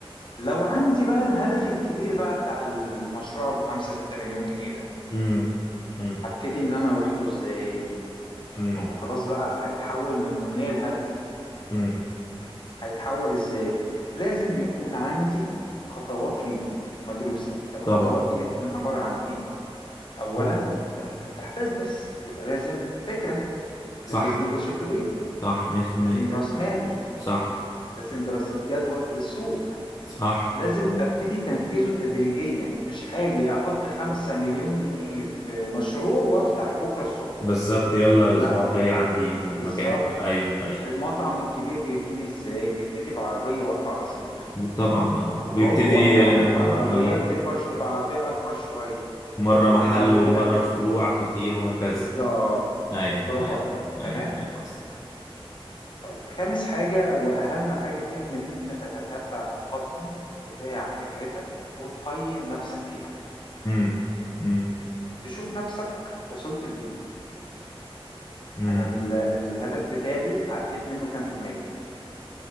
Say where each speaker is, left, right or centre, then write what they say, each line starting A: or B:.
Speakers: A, on the left; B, on the left.
A: لو عندي بقى الهدف الكبير بقى بتاع المشروع ابو خمسة ستة مليون جنيه ده
B: امم امم
A: هبتدي ان انا اروح له ازاي
B: امم
A: ما هو خلاص بقى هيتحول من امنية لهدف
B: امم
A: هيتحول ازاي لازم يكون عندي خطوات ليه مدروسة طب
B: طبعا
A: الخطوات دي بتكون عبارة عن ايه اولا
B: امم
A: انت عايز تفتح بيزنس يبقى لازم فكرة
B: صح
A: للبيزنس ده شكله ايه
B: صح 100%
A: لازم راس مال
B: صح
A: لازم دراسة جدوى للسوق
B: صح
A: لازم ابتدي تنفيذه تدريجيا مش هاجي احط خمسة مليون جنيه في مشروع وافتح بكرة الصبح
B: وبالظبط يلا
A: لا
B: الاسبوع الجاي عندي مكان
A: بالظبط
B: ايوه ايوه
A: المطعم الكبير بيبتدي ازاي بيبتدي بعربية واقفة على رصيف
B: طبعا اه
A: وهوب
B: ويبتدي
A: واحدة واحدة
B: آه
A: العربية بتكبر تبقى عربية اكبر شوية
B: مرة محل
A: وبعد كده
B: ومرة فروع كتير وهكذا
A: بالظبط
B: ايوه
A: برافو
B: ايوه
A: عليك
B: ايوه
A: تمام
B: فاهم قصدك
A: طيب خامس حاجة واهم حاجة فيهم ان انت تتتبع التقدم بتاع فكرتك وتقيم نفسك فيها
B: امم امم
A: تشوف نفسك وصلت لإيه
B: امم
A: انا ال- الهدف بتاعي عديت منه كام في المية